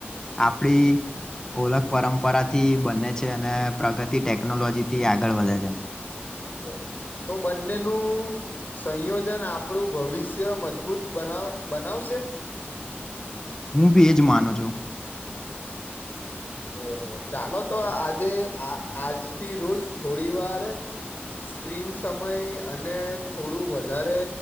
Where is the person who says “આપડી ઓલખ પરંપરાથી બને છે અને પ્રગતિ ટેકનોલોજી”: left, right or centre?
Left